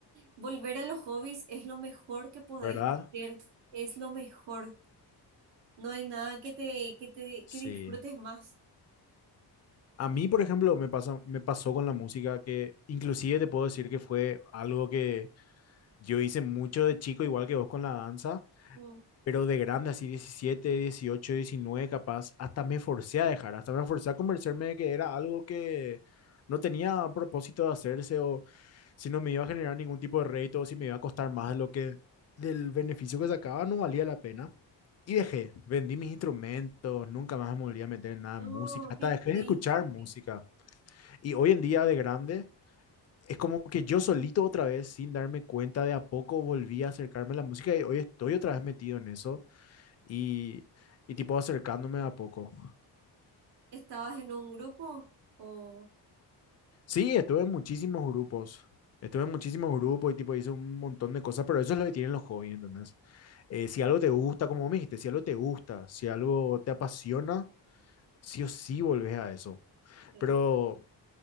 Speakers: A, on the right; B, on the left.
A: Volver a los hobbies es lo mejor que podés
B: ¿verdad?
A: hacer, es lo mejor. No hay nada que te, que te,
B: Sí.
A: que disfrutes más.
B: A mí, por ejemplo, me pasa, me pasó con la música que inclusive te puedo decir que fue algo que yo hice mucho de chico, igual que vos con la danza,
A: Mm.
B: pero de grande, así 17 18 19 capaz, hasta me forcé a dejar, hasta me forcé a convencerme de que era algo que no tenía propósito de hacerse o si no me iba a generar ningún tipo de rédito o si me iba a costar más de lo que del beneficio que sacaba no valía la pena. Y dejé, vendí mis instrumentos, nunca más me volví a meter en nada
A: No,
B: en música, hasta
A: qué
B: dejé
A: triste.
B: de escuchar música. Y hoy en día de grande, es como que yo solito otra vez, sin darme cuenta, de a poco volví a acercarme a la música y hoy estoy otra vez metido en eso y, y tipo acercándome de a poco.
A: ¿Estabas en un grupo? o
B: Sí, estuve en muchísimos grupos. Estuve en muchísimos grupos y tipo hice un montón de cosas, pero eso es lo que tienen los hobbies, ¿entendés? Eh, si algo te gusta, como me dijiste, si algo te gusta, si algo te apasiona, sí o sí volvés a eso.
A: sí,
B: Pero